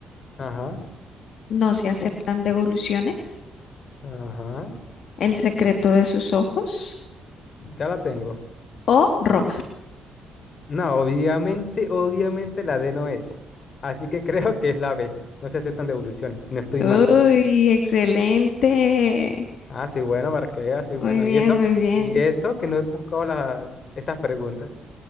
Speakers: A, on the left; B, on the left.
A: Ajá.
B: No se aceptan devoluciones,
A: Ajá.
B: El secreto de sus ojos
A: Ya la tengo.
B: o Roma.
A: No, obviamente, obviamente la D no es. Así que <laughs> creo que es la B. No se aceptan devoluciones, si no estoy
B: Uy,
A: mal.
B: excelente.
A: Ah, soy bueno para que veas, soy bueno.
B: Muy bien,
A: ¿Y eso?
B: muy bien.
A: Y eso que no he buscado las, estas preguntas.